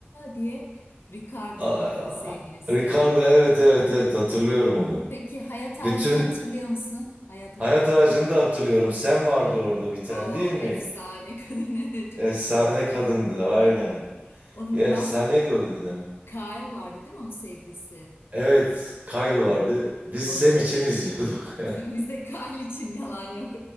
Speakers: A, on the left; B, on the right.
A: diye Ricardo
B: Aa,
A: vardı sevgilisi.
B: Ricardo evet evet evet hatırlıyorum onu.
A: Peki hayat ağacını
B: Bütün
A: hatırlıyor musun? Hayat ağacı.
B: Hayat ağacını da hatırlıyorum. Sen
A: Ya
B: vardı orada bir tane
A: o
B: değil mi?
A: efsane kadın <laughs> evet, çok
B: Efsane
A: güzel bir kadın.
B: kadındı aynen.
A: <laughs> Onun
B: Ya efsaneydi
A: Mas
B: o dönemi.
A: Kyle vardı değil mi onun sevgilisi?
B: Evet, Kyle
A: O,
B: vardı. Biz
A: o
B: Sam
A: da çok
B: için
A: yakışıklıydı.
B: izliyorduk.
A: <laughs> Bizde Kyle için yalan yok.